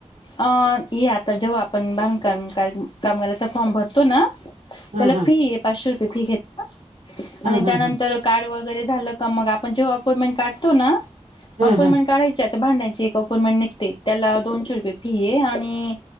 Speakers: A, on the left; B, on the right.
A: अ ये आता जेव्हा आपण बांधकाम काम कामगाराचा फॉर्म भरतो ना
B: हम्म
A: त्याला फी ये. पाचशे रुपये फी घेतात
B: हम्म
A: आणि
B: हम्म हम्म
A: त्यानंतर कार्ड वगैरे झालं का मग, आपण जेव्हा अपॉइंमेंट काढतो ना,
B: हम्म
A: अपॉइंमेंट
B: हम्म हम्म
A: काढाय ते आता, भांड्यांची एक अपोर्मेंट निघते त्याला दोनशे रुपये फी ये आणि